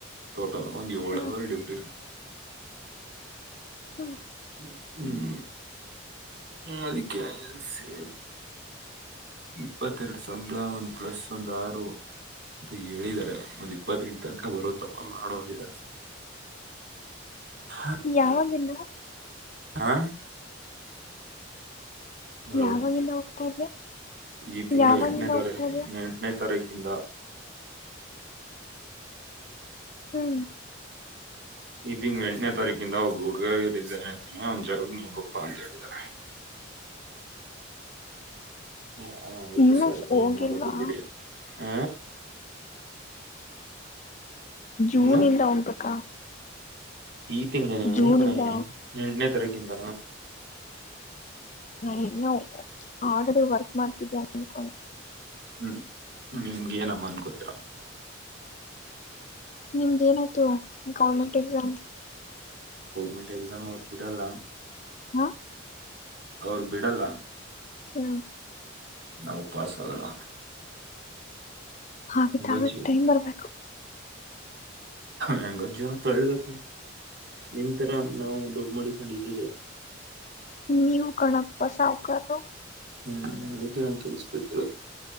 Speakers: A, on the right; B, on the left.
A: ಟೋಟಲ ಒಂದು ಏಳುರ್
B: ಹ್ಮ್
A: ಡ್ಯೂಟಿ
B: ಹ್ಮ್
A: ್ಮ ಹ್ಮ್ ಹ್ಮ ಅದಕ್ಕೆ ಸೇ ಇಪ್ಪತ್ತೆರಡು ಸಂಬಳ ಒಂದು ಪ್ಲಸ್ ಒಂದ ಆರು ಅಂತ ಹೇಳಿದಿದ್ದಾರೆ ಒಂದ್ ಇಪ್ಪತ್ತೆಂಟು ತನಕ ಬರು ತಪ್ಪ ಮಾಡೋಂದಿದ್ದಾರೆ ಹಾ
B: ಯಾವಾಗಿಂದ
A: ಹಾ ಹಲೋ
B: ಯಾವಾಗಿಂದ ಹೋಗ್ತಾ ಇದ್ದೆ
A: ಈ ತಿಂಗಳು
B: ಯಾವಾಗಿಂದ
A: ಎಂಟನೇ ತಾರ
B: ಹೋಗ್ತಾ ಇದ್ದೆ
A: ಎಂಟನೇ ತಾರಿಕ್ ಕ್ಕಿಂದ
B: ಹ್ಮ್
A: ಇದಿಂಗ್ ಎಂಟನೇ ತಾರೀಕಿಂದ ಒಬ್ಬ ಹುಡ್ಗಾವಿ ರ ಇದ ಏನಐತಾನೆ ಒಂದ್ ಜಾಗ ನೀ್ ಬಪ್ಪಾ ಅಂತ ಹೇಳಿದಿದ್ದಾರೆ ್ಮ ಹ ಆಯ್ತು
B: ಇನ್ನು
A: ಸರಿ ನೀ
B: ಹೋಗಿಲ್ವಾ
A: ಏನ್ ಮಾಡೋದು ಬಿಡಿ ಹ
B: ಜೂನ
A: ಏನು
B: ಇಂದ ಹೋಗ್ಬೇಕಾ
A: ಈ ತಿಂಗಗಳ ಹ
B: ಜೂನ್
A: ಕಣೆ
B: ಇಂದ
A: ಎಂಟನೇ ತರೀಕಿಂದ
B: ನಾ ಇನ್ನುೂ ಆಡರು ವರ್ಕ್ ಮಾಡ್ತಿದ್ದೇ ಅನ್ಕೊಂಡ
A: ಹ್ಮ್ ನಿಮ್ಗೆ ಏನಮ್ಮ ಅನ್ಕೋತೀರ
B: ನಿಮ್ದ ಏನಾಯಯ್ತು ಗೌರ್ಮೆಂಟ್ ಎಕ್ಸಾಮ್
A: ಗೌರ್ಮೆಂಟ್ ಎಕ್ಸಾಮ್ ಅವ್ರಗ್ ಬಿಡಲ್ಲ
B: ಹಾ
A: ಅವರು ಬಿಡಲ್ಲ
B: ಹ್ಮ
A: ನಾವು ಪಾಸ ಆಗಲ್ಲ
B: ಆತ್
A: ಹೆಂಗೋ
B: ಆಗತ್
A: ಜೀವ
B: ಟೈಮ್ ಬರ್ಬೇಕು
A: ಹೆಂಗೊ್ ಜವರ ತಳ್ಬೇಕಲ್ಲ ನಿಮ್ ತರ ನಾವು ದದುಡ್ಡು ಮಡಿಕೊಂಡ ಇದ್ದಿದ್ರೆ
B: ನೀವು ಕಣಕ್ ಪಸಾವ್ಕದು
A: ಹ್ಮ್ ಅದಕ್ಕೆ ನಾವ ಕೆಲ್ಸಕೊತಿರ